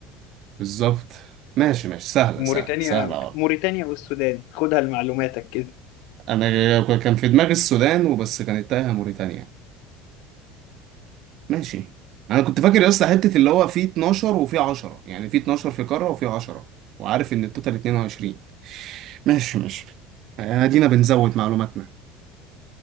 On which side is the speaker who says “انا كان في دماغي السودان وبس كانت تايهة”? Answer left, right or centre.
Right